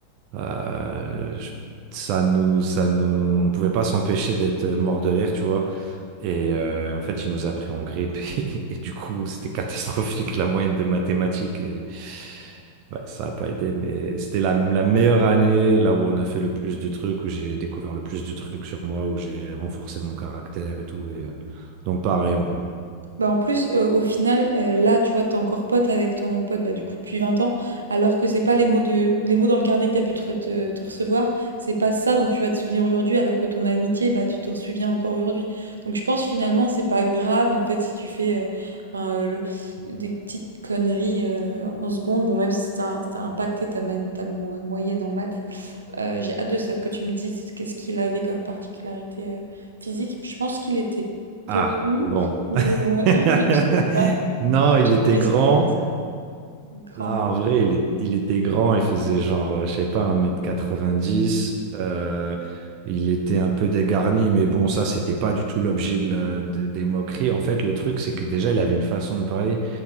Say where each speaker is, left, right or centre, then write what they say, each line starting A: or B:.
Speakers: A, on the right; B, on the right.
A: euh, je- ça nous, ça nous, on pouvait pas s'empêcher d'être mort de rire, tu vois. Et euh, en fait, il nous a pris en grippe <laughs> et, du coup, c'était catastrophique la moyenne de mathématiques. Et, ouais, ça n'a pas aidé, mais c'était la, la meilleure année, là où on a fait le plus de trucs, où j'ai découvert le plus de trucs sur moi, où j'ai renforcé mon caractère et tout. Et, euh, donc pareil en vrai.
B: Bah en plus euh, au final euh, là tu vois t'es encore pote avec ton pote bah du coup depuis vingt ans alors que c'est pas les mots de les mots dans le carnet que t'as pu te, te- te recevoir c'est pas ça dont tu vas te souvenir aujourd'hui alors que ton amitié bah tu t'en souviens encore aujourd'hui donc je pense finalement c'est pas grave en fait si tu fais euh, enfin, euh, des petites conneries euh, en secondes bon même si ça ça a impacté ta, ta moyenne en maths Euh, j'ai hâte de savoir que tu me dises qu'est-ce qu'il avait comme particularité euh, physique. Puis je pense qu'il était
A: Ah,
B: petit
A: bon.
B: ou euh,
A: <laughs>
B: <laughs> je sais pas,
A: Non, il était
B: mais
A: grand.
B: c'était petit, grand.
A: Non, en vrai, il, est- il était grand, il faisait genre, euh, je sais pas, 1m90. euh, il était un peu dégarni, mais bon, ça, c'était pas du tout l'objet de la- de- des moqueries. En fait, le truc, c'est que déjà, il avait une façon de parler.